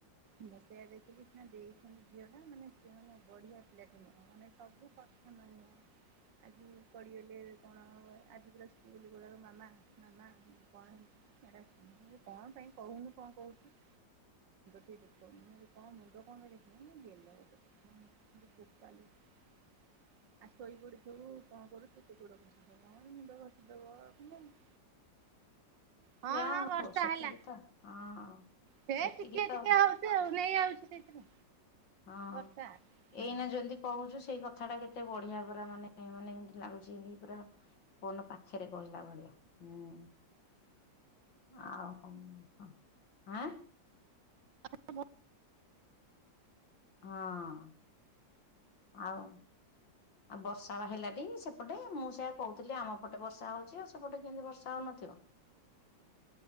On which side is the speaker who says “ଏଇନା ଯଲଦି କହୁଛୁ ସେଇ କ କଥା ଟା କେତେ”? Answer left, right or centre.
Left